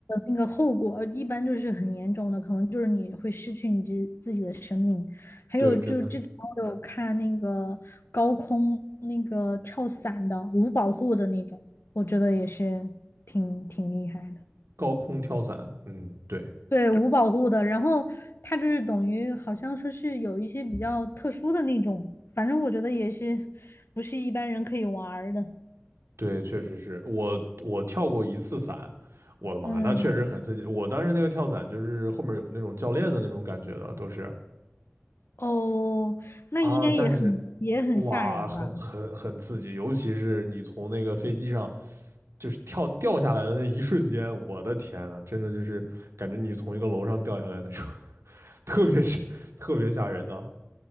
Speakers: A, on the left; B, on the right.
A: 那个后果一般就是很严重的，可能就是你会失去你自自己的生命。还有就是之前我有看那个高空那个跳伞的，
B: 对，真的
A: 无保护的那种，我觉得也是挺挺厉害的。
B: 高空跳伞，嗯，对
A: 对，无保护的，然后它就是等于好像说是有一些比较特殊的那种，反正我觉得也是不是一般人可以玩儿的。
B: 对，确实是我我跳过一次伞，我的妈，
A: 嗯，
B: 那确实很刺激。我当时那个跳伞就是后面有那种教练的那种感觉的，都是
A: 哦，那应该也很也很吓人吧？
B: 啊，但是哇，很很很刺激，尤其是你从那个飞机上就是跳掉下来的那一瞬间，我的天呐，真的就是感觉你从一个楼上掉下来那种，<laughs> 特别吓，特别吓人的。